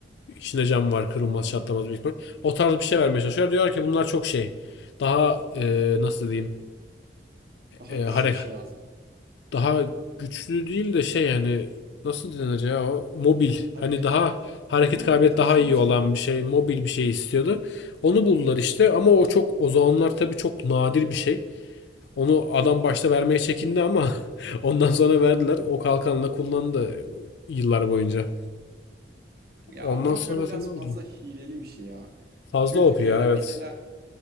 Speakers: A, on the left; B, on the right.
A: İçinde cam var kırılmaz
B: Anladım.
A: çatlamaz büyük ihtimal. O tarz bir şey vermeye çalışıyor. Diyor ki bunlar çok şey. Daha ee, nasıl diyeyim.
B: Daha
A: E,
B: güçlü
A: hare-
B: bir şey lazım.
A: daha güçlü değil de şey hani nasıl denir ya o mobil
B: Harekete
A: hani daha hareket
B: aynen mobilitesi
A: kabiliyet daha iyi
B: yüksek.
A: olan bir şey mobil bir şey istiyordu. Onu buldular işte ama o çok o zamanlar tabii çok nadir bir şey. Onu adam başta vermeye çekindi ama <laughs> ondan sonra verdiler. O kalkanla kullandı yıllar boyunca.
B: Ya
A: Ondan
B: o kalkan
A: sonra
B: biraz
A: sen ne oldu?
B: fazla hileli bir şey ya.
A: Fazla
B: Çünkü
A: OP
B: bir
A: ya
B: ara
A: evet.
B: mesela